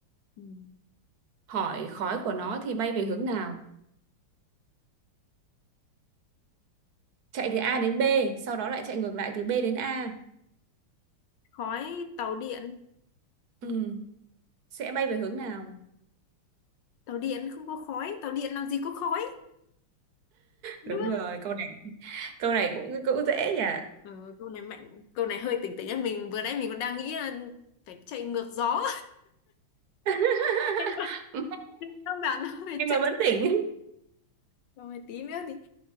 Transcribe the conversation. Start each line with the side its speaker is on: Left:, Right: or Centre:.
Left: ừ.
Right: hỏi khói của nó thì bay về hướng nào chạy từ A đến B sau đó lại chạy ngược lại từ B đến A
Left: Khói tàu điện.
Right: ừ, sẽ bay về hướng nào
Left: Tàu điện không có khói, tàu điện làm gì có khói. Đúng
Right: đúng
Left: không?
Right: rồi câu này câu này cũng cũng dễ nhỉ
Left: Ừ, câu này mạnh, câu này hơi tỉnh tỉnh ấy. Mình vừa nãy mình còn đang nghĩ là phải chạy ngược gió.
Right: <laughs>
Left: <laughs> Thành ra thành ra bạn <laughs> phải
Right: em
Left: chạy.
Right: mà vẫn tỉnh
Left: Rồi tí nữa thì